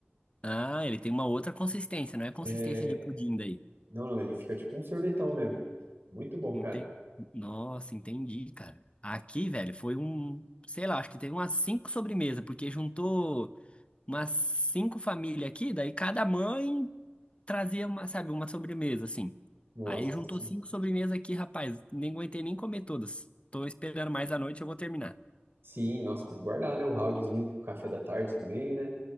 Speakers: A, on the left; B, on the right.
A: Ah, ele tem uma outra consistência, não é consistência
B: daí.
A: de pudim daí.
B: Não, não, ele fica tipo um sorvetão mesmo. Muito bom,
A: Ente...
B: cara.
A: Nossa, entendi, cara. Aqui, velho, foi um, sei lá, acho que teve umas cinco sobremesas, porque juntou umas cinco famílias aqui, daí cada mãe trazia uma, sabe, uma sobremesa, assim.
B: Nossa,
A: Aí juntou
B: sim.
A: cinco sobremesas aqui, rapaz, nem aguentei nem comer todas. Tô esperando mais à noite, eu vou terminar.
B: Sim, nossa, tem que guardar, né? O roundzinho pro café da tarde também, né?